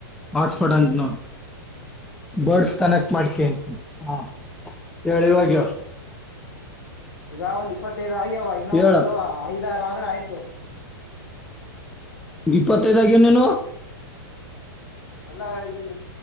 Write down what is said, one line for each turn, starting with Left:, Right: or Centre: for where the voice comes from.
Centre: ಹಾಟ್ಸ್ಪಾಟ್ ಅಂತ ಬರ್ಡ್ಸ್ ಕನೆಕ್ಟ್ ಮಾಡ್ಕಂತನ ಹ ಹೇಳ ಇವಾಗ್ಯ.
Left: ಈಗ ಒಂದ್ ಇಪ್ಪತ್ತೈದು ಆಗ್ಯವ
Centre: ಹೇಳ
Left: ಇನ್ನೊಂದು
Centre: ಹೇಳ
Left: ಐದಾರ. ಆಯ್ತು.
Centre: ಇಪ್ಪತ್ತೈದಾಗ ನೇನು.
Left: ಅಲ್ಲಾ ಈಗ.